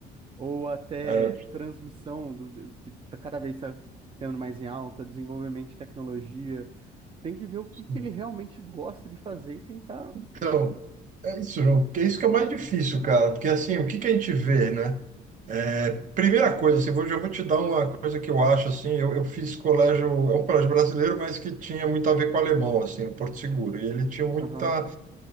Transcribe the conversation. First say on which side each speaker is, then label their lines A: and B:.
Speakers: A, on the right; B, on the right.
A: ou até
B: É,
A: transmissão do, que tá cada vez tá ficando mais em alta, desenvolvimento de tecnologia. Tem que ver o que
B: Sim.
A: que ele realmente gosta de fazer e tentar.
B: então, é isso, João. Porque é isso que é mais difícil, cara. Porque assim, o que que a gente vê, né? É, primeira coisa, assim, vou, já vou te dar uma coisa que eu acho, assim, eu, eu fiz colégio, é um colégio brasileiro, mas que tinha muito a ver com alemão, assim, no Porto Seguro. E ele tinha muita
A: Aham,